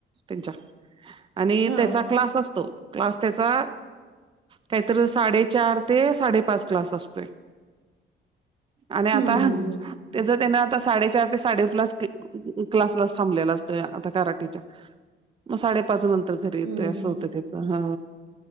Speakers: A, on the right; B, on the right.
A: त्यांच्या आणि
B: हा
A: त्याचा क्लास असतो, क्लास त्याचा काहीतरी चार ते साडेपाच क्लास असतोय आणि आता
B: हम्म हम्म हम्म
A: त्याचं त्यानं आता साडेचार ते साडेपाचला क्लासला थांबलेला असतो आता कराटेच्या मग साडेपाच नंतर घरी येतोय
B: हम्म
A: असं
B: हम्म
A: होतं त्याचं, हा.